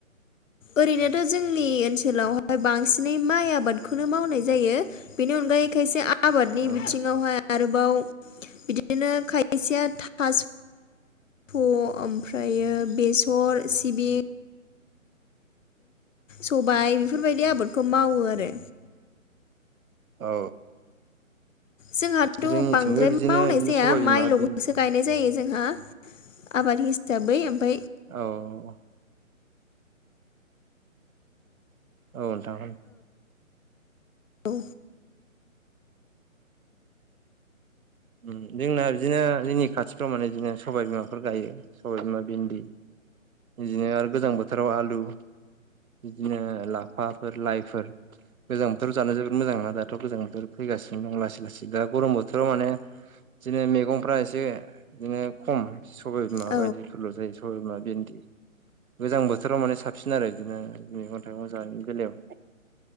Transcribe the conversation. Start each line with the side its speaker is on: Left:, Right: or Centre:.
Left: ओरैनोथ' जोंनि ओनसोलावहाय बांसिनै माइ आबादखौनो मावनाय जायो। बेनि अनगायै खायसे आबादनि
Right: औ
Left: बिथिङावहाय आरोबाव बिदिनो खायसेया थास' फ ओमफ्रायो बेसर सिबिं सबाय बेफोरबायदि आबादखौ मावो आरो।
Right: औ।
Left: जोंहाथ'
Right: जोंनिथिंबो
Left: बांद्राय
Right: बिदिनो
Left: मावनाय
Right: बिदिनो
Left: जाया
Right: सबाय बिमा
Left: माइल'गसो
Right: भिन्दि
Left: गायनाय जायो जोंहा। आबाद हिसाबै ओमफाय
Right: औ। औ नोंथां औ
Left: औ।
Right: उम जोंना बिदिनो जोंनि खाथिफ्राव माने बिदिनो सबाय बिमाफोर गायो सबाय बिमा, भिन्दि बिदिनो आरो गोजां बोथोराव आलु बिदिनो लाफाफोर लाइफोर गोजां बोथोराव जानो जोबोद मोजां नङा दाथ' गोजां बोथोर फैगासिनो दं लासै लासै दा गरम बोथोराव माने बिदिनो मेगंफ्रा एसे बिदिनो खम सबाय बिमा
Left: औ
Right: बायदिफोरल' जायो सबाय बिमा भिन्दि गोजां बोथोराव माने साबसिन आरो बिदिनो मैगं थाइगं जा बेलायाव